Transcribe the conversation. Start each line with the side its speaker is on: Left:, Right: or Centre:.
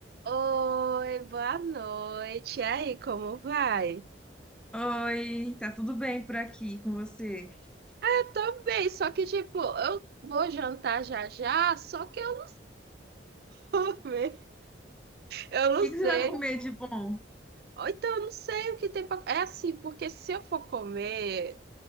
Right: Oi, boa noite. E aí, como vai?
Centre: Oi, tá tudo bem por aqui com você? O
Right: Eu tô bem, só que tipo, eu vou jantar já já, só que eu não <laughs> vou comer. Eu não
Centre: que que você
Right: sei.
Centre: vai comer de bom?
Right: Ou então eu não sei o que tem pra... É assim, porque se eu for comer,